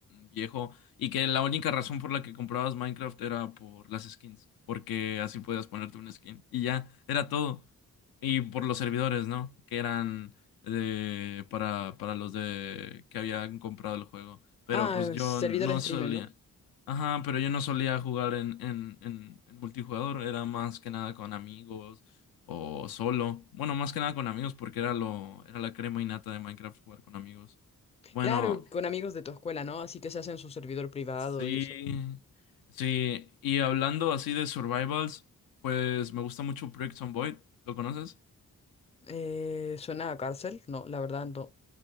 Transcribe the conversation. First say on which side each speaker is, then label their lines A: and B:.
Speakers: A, on the left; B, on the left.
A: viejo y que la única razón por la que comprabas Minecraft era por las skins, porque así podías ponerte una skin y ya, era todo. Y por los servidores, ¿no? Que eran de, para, para los de que habían comprado el juego. Pero
B: Ah,
A: pues yo
B: servidores
A: no solía.
B: premium, ¿no?
A: Ajá, pero yo no solía jugar en, en, en, en multijugador, era más que nada con amigos o solo. Bueno, más que nada con amigos porque era lo, era la crema innata de Minecraft jugar con amigos. Bueno,
B: Claro, con amigos de tu escuela, ¿no? Así que se hacen su servidor privado
A: sí,
B: y eso.
A: sí, y hablando así de survivals, pues me gusta mucho Project Zomboid, ¿lo conoces?
B: Eh, ¿suena a cárcel? No, la verdad no.